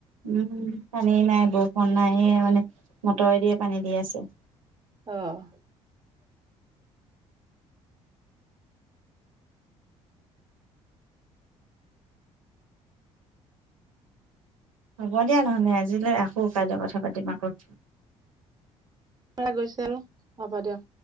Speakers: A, on the right (about 85°); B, on the right (about 25°).
A: উম পানী নাই বৰষুণ নাই সেয়া মানে মটৰেদিয়ে পানী দি আছে।
B: আহ <inaudible>
A: হ'ব দিয়া নহলে আজিলৈ ৰাখো কাইলৈ কথা পাতিম আকৌ।
B: গৈছিল হব দিয়ক।